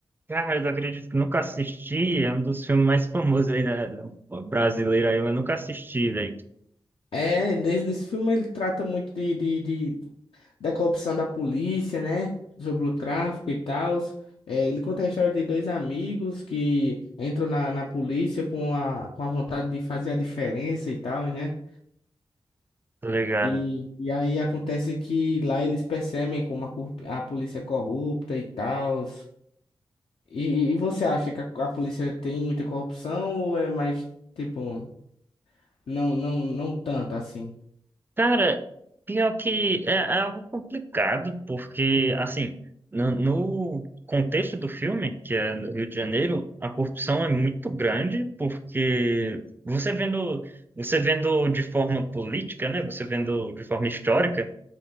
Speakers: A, on the right; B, on the left.
A: Cara, eu acredito que nunca assisti. É um dos filmes mais famosos aí da, da brasileira aí, mas eu nunca assisti, velho.
B: É, nesse, nesse filme ele trata muito de, de, de- da corrupção da polícia, né? Sobre o tráfico e tal. ele conta a história de dois amigos que entram na, na polícia com a, com a vontade de fazer a diferença e tal, né?
A: Tá ligado?
B: E, e aí acontece que lá eles percebem como a, corrup- a polícia é corrupta e tal. E, e você acha que a, a polícia tem muita corrupção ou é mais, tipo, não, não, não tanto assim?
A: Cara, pior que é, é algo complicado, porque, assim, no, no contexto do filme, que é no Rio de Janeiro, a corrupção é muito grande, porque você vendo, você vendo de forma política, né? Você vendo de forma histórica.